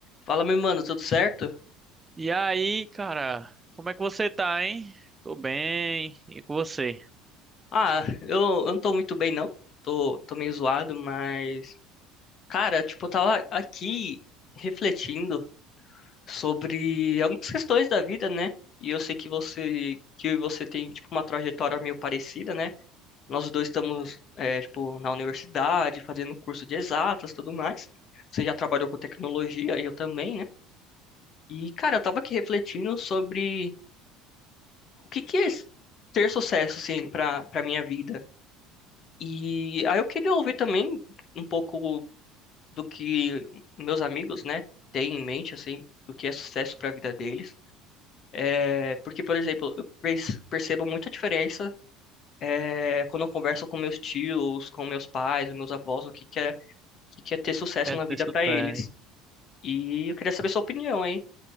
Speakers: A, on the left; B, on the right.
A: Fala, meu mano, tudo certo?
B: E aí, cara, como é que você tá, hein? Tô bem. E com você?
A: Ah, eu, eu não tô muito bem, não. Tô, tô meio zoado, mas. Cara, tipo, eu tava aqui refletindo sobre algumas questões da vida, né? E eu sei que você, que eu e você tem, tipo, uma trajetória meio parecida, né? Nós dois estamos, é, tipo, na universidade, fazendo curso de exatas e tudo mais. Você já trabalhou com tecnologia, e eu também, né? E, cara, eu tava aqui refletindo sobre o que que é ter sucesso, assim, pra, pra minha vida. E aí eu queria ouvir também um pouco do que meus amigos, né, têm em mente, assim, do que é sucesso para a vida deles. É, porque, por exemplo, eu perce- percebo muita diferença é, quando eu converso com meus tios, com meus pais, meus avós, o que que é, o que que é ter sucesso
B: Quer
A: na vida
B: ter sucesso?
A: para eles. E eu queria saber sua opinião, hein?